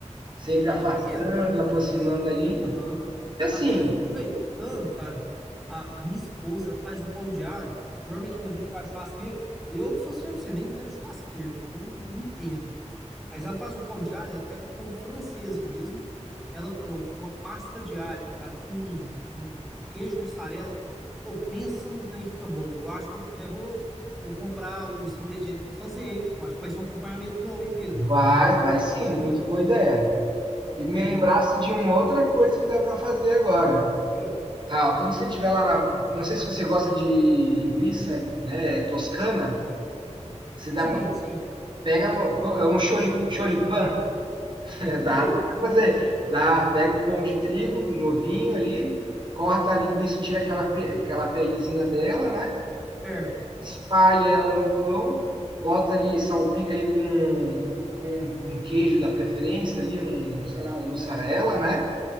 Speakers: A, on the right; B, in the centre.
A: Sempre afastando,
B: Ô, ô, Pedro,
A: aproximando ali.
B: aham.
A: E assim,
B: Até aproveitando, cara, a, a minha esposa, ela faz um pão de alho. Normalmente quando a gente faz churrasqueira, eu sou certo, você nem bebe churrasqueira, né? Porque eu não, não entendo. Mas ela faz um pão de alho, ela pega um pão francês mesmo, ela põe uma pasta de alho, cara, com um, um- um queijo mussarela. Ou pensa num trem que fica bom. Eu acho que eu até vou, vou comprar os ingredientes para fazer, hein? Eu acho que vai ser um acompanhamento bom, hein, Pedro?
A: vai, vai sim, muito boa ideia. E me
B: Uhum.
A: lembrasse de uma outra coisa que dá para fazer agora.
B: Sim,
A: Ah, ó, quando você estiver lá, na- não sei se você gosta de linguiça, né, toscana, se dá
B: sim,
A: para
B: sim.
A: pega um, pão- é um chori- choripan, <laughs> né,
B: Sei,
A: dá para fazer, dá, pega o pão de trigo novinho ali, corta a linguiça, tira aquela pe- aquela pelezinha dela, né?
B: certo.
A: Espalha ela no pão, bota ali, salpica ali com, com um queijo da preferência ali, um, sei lá, um mussarela, né?